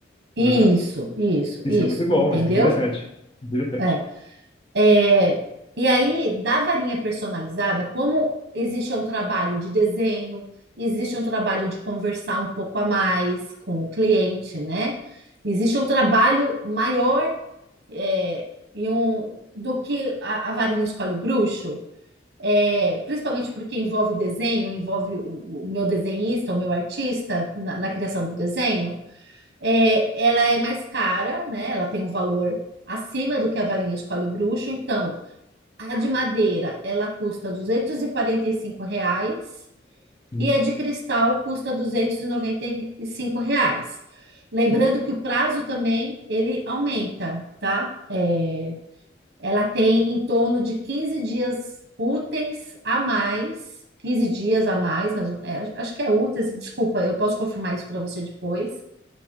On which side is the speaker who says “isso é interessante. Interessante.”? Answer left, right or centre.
Left